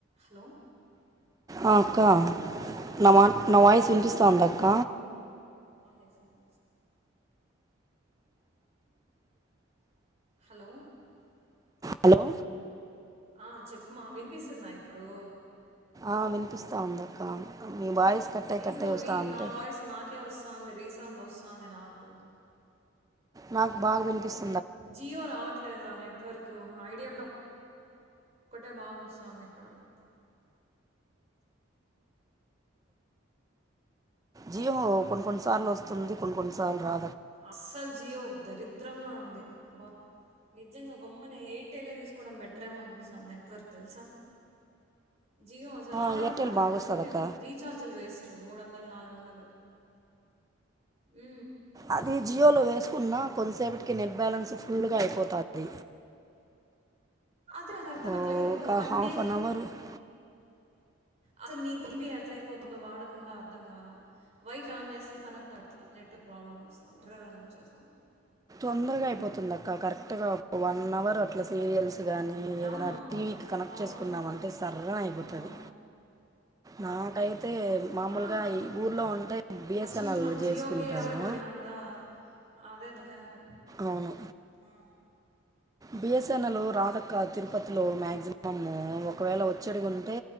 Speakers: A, on the right; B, on the right.
A: hello
B: ఆ అక్క
A: hello
B: నా మా నా వాయిస్ వినిపిస్తాంద అక్క
A: అవు సార్ హలో
B: హలో
A: ఆ చెప్పుమా వినిపిస్తుందా ఇప్పుడు
B: ఆ వినిపిస్తా ఉందక్క మీ వాయిస్ కట్టే
A: ఏందో
B: కట్టే వస్తూ
A: రీ
B: ఉంటే
A: నా వాయిస్ నాకే వస్తది రీసౌండ్ వస్తది నాకు
B: నాక్ బాగ వినిపీస్
A: జియో రావట్లేదురా నెట్వర్క్ ఐడియా ఒక్కటే బాగోస్థాంది ఇక్కడ
B: జీవో కొన్ని కొన్ని సార్లు వస్తుంది కొన్ని కొన్ని సార్లు రా
A: అస్సలు జియో దరిద్రంగా ఉంది బా నిజంగా గమ్మన ఎయిర్టెలే తీసుకోవడం బెటర్ేమో అనిపిస్తాంది నెట్వర్క్ తెలుసా జియో అసలు
B: ఆ,
A: రావడం
B: ఎయిర్టెల్
A: లే వాడు
B: బాగా వస్తుంది
A: ఊరికి
B: అక్క
A: రీఛార్జీలు వేస్ట్ మూడు వందలు నాలుగు వందలు మ్
B: అది జియోలో వేసుకున్నా కొంతసేపటికి నెట్ బ్యాలెన్స్ ఫుల్గా అయిపోతంది
A: అదే నాకు అర్థంకట్లే
B: ఒక
A: ఎందుకు one
B: half
A: day
B: an hour
A: అసలు నీ కుంబి ఎట్లయిపోతుందో వాడకుండా అర్ధం కాలే వైఫై ఆన్ చేస్తే కనెక్ట్ అవ్వట్లా నెట్వర్క్ ప్రాబ్లమ్ వస్తుంది ఎర్రర్ అని వచ్చేస్తాంది
B: తొరగా అయిపోతుంది అక్క కరెక్ట్ గా ఒక వన్ అవర్ అట్లా సీరియల్స్ కానీ ఏదైనా
A: అవును
B: టీవీకి కనెక్ట్
A: అవును
B: చేసుకున్నామంటే సర్ నై నేపోతది
A: అవును
B: నా కై తే మామూలుగా
A: ఆ,
B: ఈ ఊర్లో ఉంటే బిఎస్ఎన్ఎల్
A: ఫస్ట్ నుంచి మనం జియోకే
B: చేసుకుంటాను
A: అలవాటు పడినాం కదా అదే కా రి
B: అవును
A: ఆ
B: బిఎస్ఎన్ఎల్ రాదక్క తిరుపతిలో మాక్సిమమ్ ఒకవేళ వచ్చేటివి ఉంటే